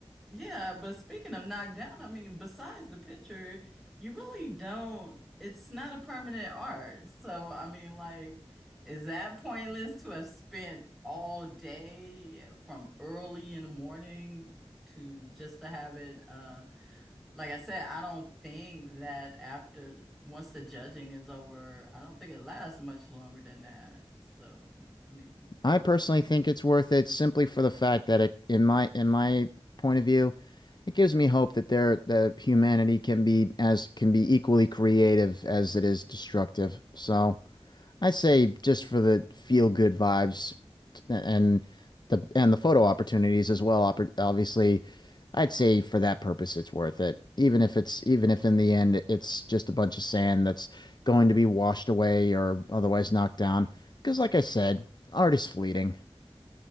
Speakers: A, in the centre; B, on the left (about 45°).
A: Yeah, but speaking of knocked down, I mean, besides the picture, you really don't, it's not a permanent art. So, I mean, like, is that pointless to have spent all day from early in the morning to just to have it? Uh, like I said, I don't think that after once the judging is over, I don't think it lasts much longer than that. So, I mean,
B: I personally think it's worth it simply for the fact that it, in my in my point of view, it gives me hope that there that humanity can be as can be equally creative as it is destructive. So. I say just for the feel good vibes and the and the photo opportunities as well. oppor- Obviously, I'd say for that purpose, it's worth it. Even if it's even if in the end it's just a bunch of sand that's going to be washed away or otherwise knocked down. Because, like I said, art is fleeting.